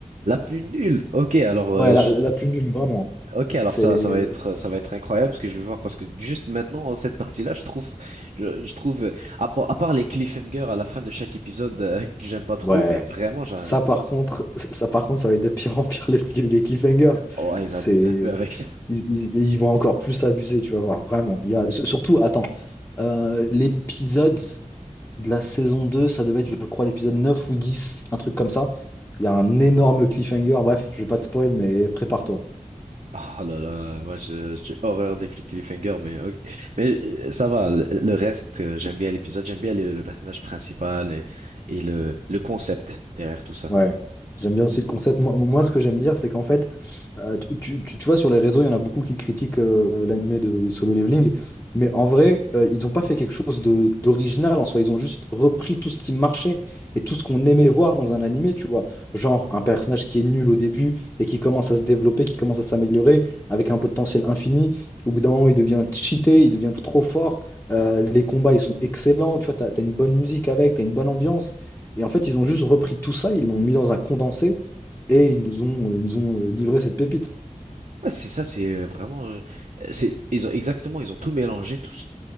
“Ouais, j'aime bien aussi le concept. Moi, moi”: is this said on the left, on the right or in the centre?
Left